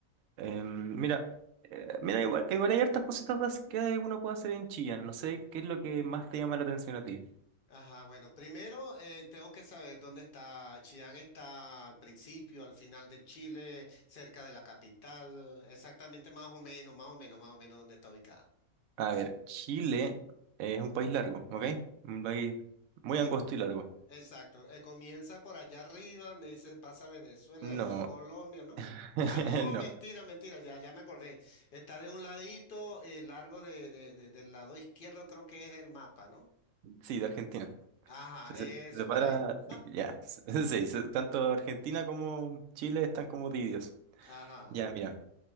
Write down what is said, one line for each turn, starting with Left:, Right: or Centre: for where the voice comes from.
Right: Em, mira, eh, mira igual, igual hay hartas cositas más que uno puede hacer en Chillán, no sé qué es lo que más te llama la atención a ti.
Left: Ajá, bueno, primero eh, tengo que saber dónde está Chillán. ¿Está al principio, al final de Chile, cerca de la capital? Exactamente más o menos, más o menos, más o menos dónde está ubicada.
Right: A ver, Chile es un país largo, ¿ok? Un país muy angosto y largo.
Left: Exacto, eh, comienza por allá arriba, donde dice pasa Venezuela,
Right: No,
Left: después Colombia,
Right: <laughs>
Left: ¿no? Ah, no,
Right: no,
Left: mentira, mentira, ya, ya me acordé. Está de un ladito, eh, largo de, de- de- del lado izquierdo, creo que es el mapa, ¿no?
Right: sí, de Argentina.
Left: Ajá,
Right: Se, se-
Left: eso
Right: se separa,
Left: por ahí.
Right: ya, <laughs> sí, se- tanto Argentina como Chile están como divididos.
Left: Ajá.
Right: Ya, mira,